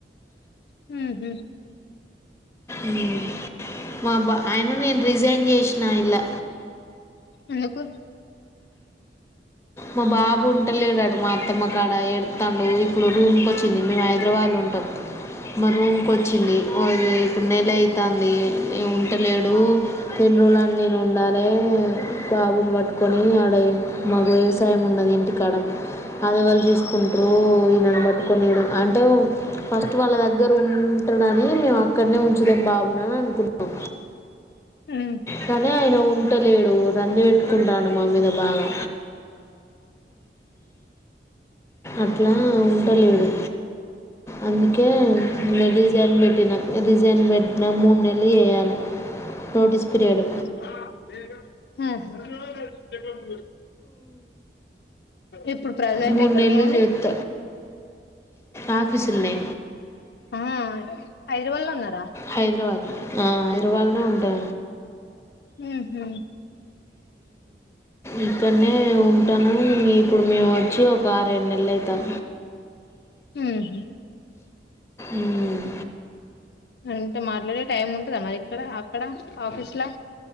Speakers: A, on the left; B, on the left.
A: హ హ
B: ఉమ్ము మాబ్బా ఆయన నేను రిజైన్ చేశ్ నా ఇలా
A: ఎందుకు
B: మా బాబు ఉంటలేడాట మా అత్తమ్మ కాడ ఎడతాండు ఇప్పుడు రూమ్కి వచ్చింది మేము హైదరాబాద్ లో ఉంటాం రూమ్కి వచ్చింది ఇప్పుడు నెల ఆయితంది కట్టలేడు ఎెన్ని రోజులన్ నేను ఉండాలే జాబులు పట్టుకొని ఆడ మగ వేస్ యం ఉన్నది ఇంటికాడ అది వల్ జూస్తే కుంట్రు ఈ నన్ మట్ కొనిడు అంటే ఫస్ట్ వాళ్ళ దగ్గర ఉంటడని మేము అక్కనే ఉంచుదాం బాబును అనుకుంన్నాం
A: ఉమ్
B: కానీ ఆయన ఉండలేడు రంధి వెట్ కుంటాఅండూ మా మీద బాగా అట్లా ఉంటలేడు అందుకే నెలీజన్ పెట్టినా రీజైన్ పెట్నా మూనెళ్ ళ్ చేయాలే నోటీస్ పీరియడ్
A: హ స ఇప్పుడు ప్రజెంట్
B: మూన్నెళ్
A: ఎక్కడున్నావు నువ్వు
B: చేత ఆ ఫసిందే
A: ఆ హైదరాబాద్ లో ఉన్నారా
B: హైదరాబాద్ ఆ హైదరాబాద్నే ఉంటా
A: ఉంహు
B: ఇక్కడనే ఉంటాను ఇప్పుడు మేము వచ్చి ఒక ఆ రెండు నెలలు అవుతాం
A: హ్ము
B: ఉమ్
A: ఇంతో మాట్లాడే టైం ఉంటద మరి ఇక్కడ అక్కడ ఆఫీస్ లా